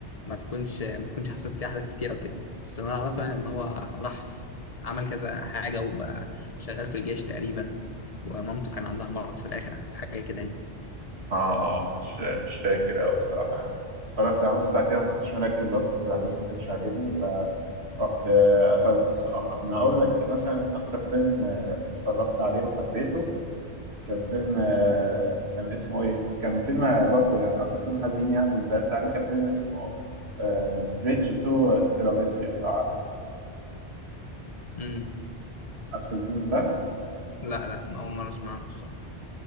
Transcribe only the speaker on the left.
ما تكونش ما تكونش حصلت فيه أحداث كتيرة وكده بس اللي أنا أعرفه يعني إن هو راح ف- عمل كذا حاجة وبقى شغال في الجيش تقريبا ومامته كان عندها مرض في الآخر حاجة كده يعني
امم
لا لا أول مرة أسمعها بصراحة